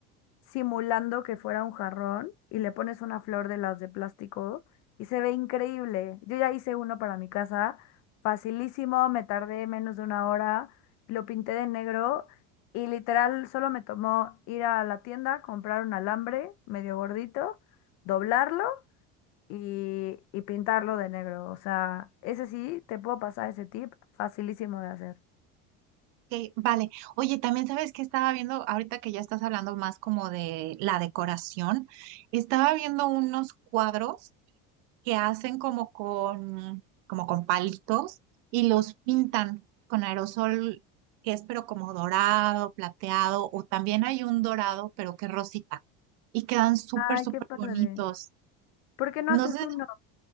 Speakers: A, on the left (about 55°); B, on the right (about 70°).
A: simulando que fuera un jarrón y le pones una flor de las de plástico y se ve increíble. Yo ya hice uno para mi casa, facilísimo, me tardé menos de una hora, lo pinté de negro y literal solo me tomó ir a la tienda, comprar un alambre medio gordito, doblarlo y, y pintarlo de negro. O sea, ese sí, te puedo pasar ese tip, facilísimo de hacer.
B: Ok, vale. Oye, también sabes que estaba viendo, ahorita que ya estás hablando más como de la decoración, estaba viendo unos cuadros que hacen como con, como con palitos y los pintan con aerosol, que es pero como dorado, plateado, o también hay un dorado, pero que es rosita, y quedan súper,
A: Ay,
B: súper
A: qué padre.
B: bonitos.
A: ¿Por qué no
B: No
A: haces
B: sé,
A: uno?